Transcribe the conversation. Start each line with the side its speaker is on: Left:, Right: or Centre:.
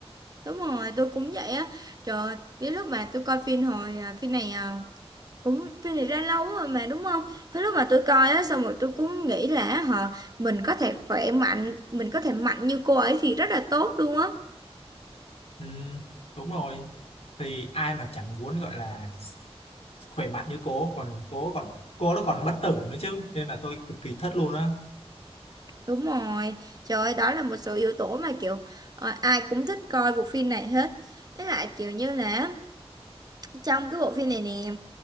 Right: đúng rồi tôi cũng vậy á trời ơi, cái lúc mà tôi coi phim hồi à, phim này à, cũng phim này ra lâu rồi mà đúng không? Thế lúc mà tôi coi á xong rồi tôi cũng nghĩ là họ mình có thể khỏe mạnh, mình có thể mạnh như cô ấy thì rất là tốt luôn á.
Left: ừ, đúng rồi thì ai mà chẳng muốn gọi là khỏe mạnh như cô còn cô còn cô nó còn bất tử nữa chứ nên là tôi cực kỳ thất luôn á
Right: Đúng rồi. Trời ơi, đó là một số yếu tố mà kiểu ờ, ai cũng thích coi bộ phim này hết. Với lại kiểu như là trong cái bộ phim này nè,